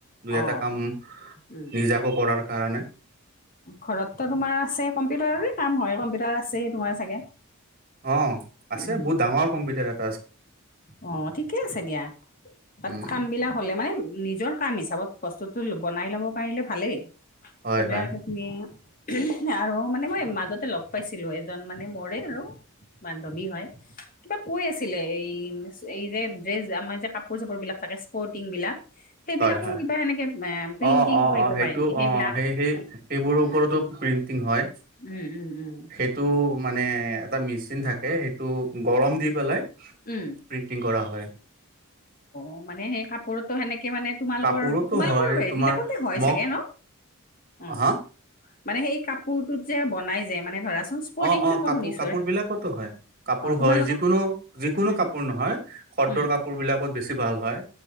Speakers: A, on the right (about 40°); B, on the left (about 40°).
A: দুই
B: অ
A: এটা কাম
B: উম
A: নিজাকৈ কৰাৰ কাৰণে।
B: ঘৰততো তোমাৰ আছে, কম্পিউটাৰৰে কাম হয় কম্পিউটাৰ আছে তোমাৰ চাগে।
A: অ আছে
B: উম
A: বহুত ডাঙৰ কম্পিউটাৰ এ
B: অ ঠিকে আছে দিয়া, তাত
A: উম
B: কামবিলাক হলে মানে নিজৰ কাম হিচাপত বস্তুটো বনাই ল'ব পাৰিলে ভালেই,
A: হয়
B: সেইবিলাক
A: হয়
B: এতিয়া মে <unintelligible> আৰু মানে মই মাজতে লগ পাইছিলো এজন মানে মৰে আৰু বান্ধৱী হয় কিবা কৈ আছ এই এই যে ড্ৰেছ আমাৰ যে কাপোৰ চাপোৰবিলাক থাকে স্পৰ্টিং বিলাক। সেইবিলাকো
A: হয় হয়
B: কিবা এনেকে অ প্ৰিণ্টিং
A: অ অ
B: কৰিব
A: অ সেইটো
B: পাৰে নেকি
A: অ
B: সেইবিলাক
A: সেই সেইবোৰৰ ওপৰতো প্ৰিণ্টিং হয়।
B: উম উম উম।
A: সেইটো মানে এটা মেচিন থাকে সেইটো গৰম দি পেলাই
B: উম।
A: প্ৰিণ্টিং কৰা হয়। <inaudible>
B: অ মানে সেই কাপোৰততো সেনেকে মানে তোমালোকৰ
A: কাপোৰতো
B: তোমালোকৰ
A: হয়
B: এইবিলাকতে
A: তোমাৰ
B: হয়
A: মগ
B: চাগে ন? অ
A: হা?
B: মানে সেই কাপোৰটোত যে বনাই যে মানে ধৰাচোন স্পৰ্টিংটোত
A: অ অ
B: মই
A: কাপোৰ
B: শুনিছো
A: কাপোৰ
B: আৰু
A: বিলাকতো হয়। কাপোৰ
B: অ তোমালোকৰ
A: হয় যিকোনো যিকোনো
B: উম
A: কাপোৰ নহয় শদ্দৰ
B: উম
A: কাপোৰবিলাক কট বেছি ভাল হয়,